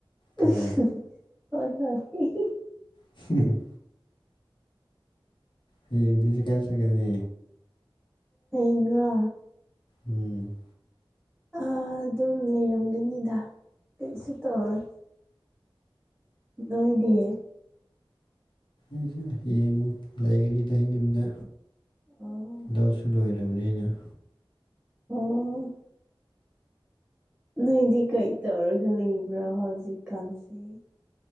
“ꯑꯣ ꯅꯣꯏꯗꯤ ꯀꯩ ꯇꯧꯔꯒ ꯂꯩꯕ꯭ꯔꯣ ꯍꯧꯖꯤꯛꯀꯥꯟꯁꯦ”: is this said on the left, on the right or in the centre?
Centre